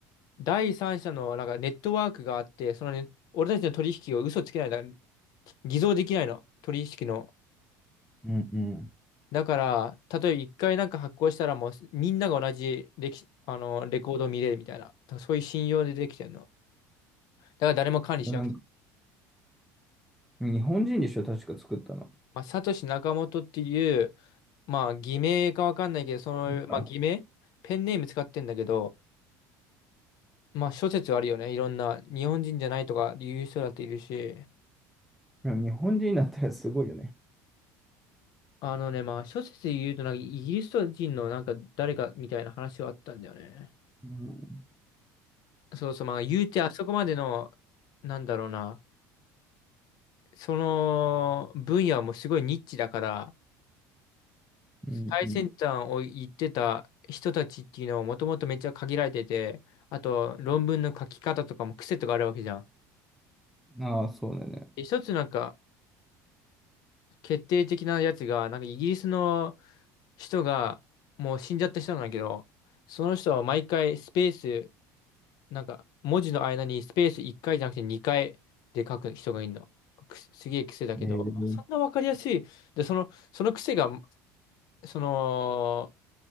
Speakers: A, on the left; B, in the centre.
A: 第三者のなんかネットワークがあって、そのね、俺たちの取引を嘘つけないだ、偽造できないの。取引の。
B: うんう
A: だから、例えば一回なんか発行したらもうみんなが同じレキ、あの、レコードを見れるみたいな。だからそういう信用でできてるの。だから誰も管理しなくて。
B: ん。なんか日本人でしょ、確か作ったの。
A: まあ、サトシ・ナカモトっていう、まあ、偽名かわかんないけど、その、まあ、
B: あ、
A: 偽名ペンネーム使ってんだけど、まあ、諸説あるよね。いろんな、日本人じゃないとか言う人だっているし、
B: でも日本人だったらすごいよね。
A: あのね、まあ、諸説で言うと、なんかイギリス人のなんか誰かみたいな話はあったんだよね。
B: うん
A: そうそう、まあ、言うてあそこまでの、なんだろうな。その分野もすごいニッチだから、
B: うんうん
A: 最先端を行ってた人たちっていうのはもともとめっちゃ限られてて、あと論文の書き方とかも癖とかあるわけじゃん。
B: ああ、そうだね。
A: で一つなんか決定的なやつが、なんかイギリスの人が、もう死んじゃった人なんだけど、その人は毎回スペース、なんか文字の間にスペース1回じゃなくて2回で書く人がいるの。くすすげえ癖だけど、
B: えー
A: そんなわかりやすい。で、その、その癖がその、